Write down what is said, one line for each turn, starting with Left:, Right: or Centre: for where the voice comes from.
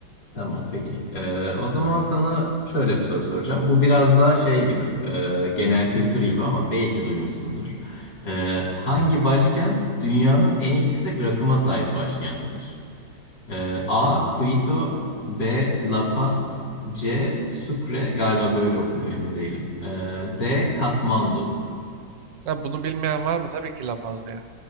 Left: Tamam peki. Ee, o zaman sana şöyle bir soru soracağım. Bu biraz daha şey gibi, e, genel kültür gibi ama belki duymuşsundur. Ee, hangi başkent dünyanın en yüksek rakıma sahip başkentidir? Ee, A. Quito B. La Paz C. Sucre galiba böyle okunuyor emin değilim. Ee, D. Katmandu.
Right: Ha, bunu bilmeyen var mı? Tabii ki La Paz ya.